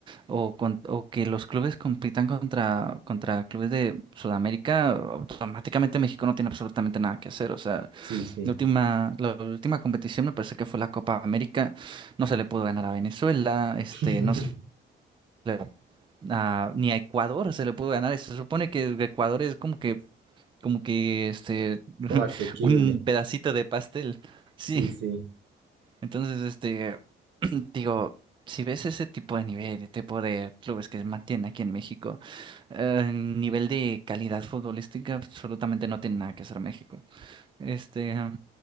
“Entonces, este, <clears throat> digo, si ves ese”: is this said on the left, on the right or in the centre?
Right